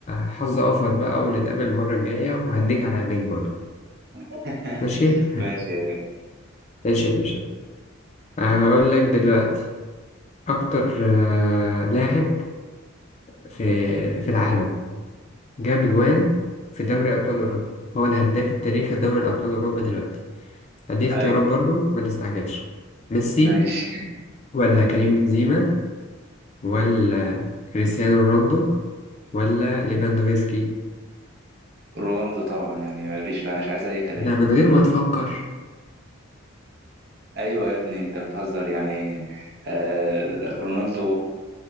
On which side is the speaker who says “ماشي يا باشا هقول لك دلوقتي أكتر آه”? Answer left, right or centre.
Left